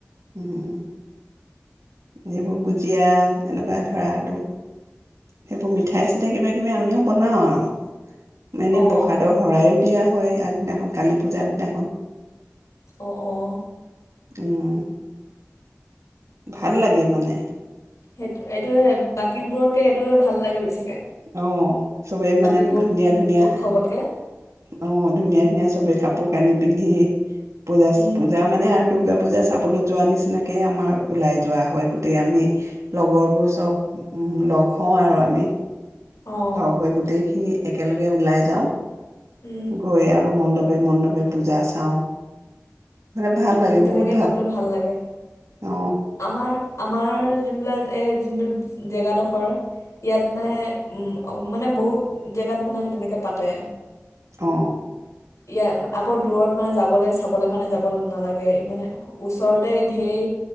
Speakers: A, on the right (about 80°); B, on the left (about 80°).
A: উম উম সেইবোৰ গুজিয়া এনেকুৱা ধৰা এইটো সেইবোৰ মিঠাই চিঠাই কিবা কিবি আমিও বনাওঁ আৰু এনে
B: অঁ
A: প্ৰসাদৰ শৰাই দিয়া হয় আগদিনাখন কালী পূজা আগ দিনাখন
B: অ অঁ
A: উম ভাল লাগে মানে
B: সেই এইটোৱে বাকীবোৰতকে এইটোৱে ভাল লাগে বেছিকৈ
A: অ চবেই
B: বাকীবোৰ
A: মানে ধুনীয়া ধুনীয়া
B: উৎসৱতকৈ
A: অ ধুনীয়া ধুনীয়া চবে কাপোৰ কানি পিন্ধি পূজা
B: উম
A: পূজা মানে আৰু দুৰ্গা পূজা চাবলৈ যোৱা নিচিনাকে আমাৰ ওলাই যোৱা হয় গোটেই আমি লগৰ বোৰ চব উম লগ হওঁ আৰু আমি
B: অঁ
A: লগহৈ গোটেইখিনি একেলগে ওলাই যাওঁ
B: উম
A: গৈ আৰু মণ্ডপ মণ্ডপে পূজা চাওঁ মানে ভাল
B: উম
A: লাগে
B: সেই তেনেকে
A: বহুত
B: গৈ পেলে ভাল লাগে
A: অ
B: আমাৰ আমাৰ যোনবিলাক এই যোনটো জেগাডখৰ ইয়াত মানে মানে বহুত জেগাত মানে তেনেকৈ পাতে
A: অ
B: ইয়া আকৌ দূৰত মানে যাবলৈ চাবলৈ কাৰণে যাব নালাগে মানে ওচৰতে ধেই